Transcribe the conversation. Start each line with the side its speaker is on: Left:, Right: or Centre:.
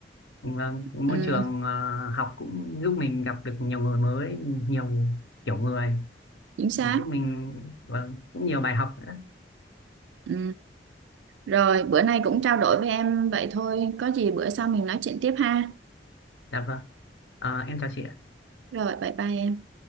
Left: Vâng, môi
Right: ừ,
Left: trường à, học cũng giúp mình gặp được nhiều người mới, nhiều kiểu người,
Right: chính xác.
Left: giúp mình vâng, cũng nhiều bài học nữa.
Right: Ừ. Rồi, bữa nay cũng trao đổi với em vậy thôi. Có gì bữa sau mình nói chuyện tiếp ha.
Left: Dạ vâng. À, em chào chị ạ.
Right: Rồi, bye bye em.